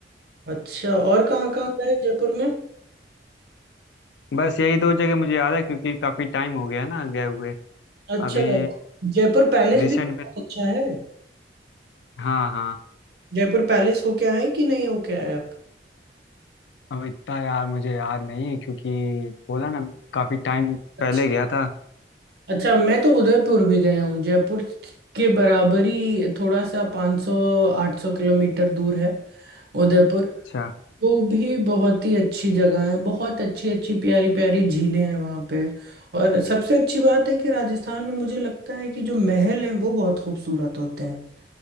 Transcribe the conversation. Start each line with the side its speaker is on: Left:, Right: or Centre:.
Right: अच्छा और कहाँ कहाँ गए जयपुर में
Left: बस यही दो जगह मुझे याद है क्योंकि काफी टाइम हो गया ना गए हुए
Right: अच्छा
Left: अभी
Right: जयपुर पैलेस
Left: रिसेंट
Right: भी तो
Left: में
Right: बहुत अच्छा है
Left: हाँ हाँ
Right: जयपुर पैलेस होके आए कि नहीं होके आए आप
Left: अब इतना यार मुझे याद नहीं है क्योंकि बोला ना काफी टाइम
Right: अच्छा
Left: पहले गया था
Right: अच्छा मैं तो उदयपुर भी गया हूँ जयपुर के बराबर ही थोड़ा सा 500 800 किलोमीटर दूर है उदयपुर
Left: अच्छा
Right: वो भी बहुत ही अच्छी जगह है बहुत अच्छी अच्छी प्यारी प्यारी झीलें हैं वहाँ पे और सबसे अच्छी बात है कि राजस्थान में मुझे लगता है कि जो महल हैं वो बहुत खूबसूरत होते हैं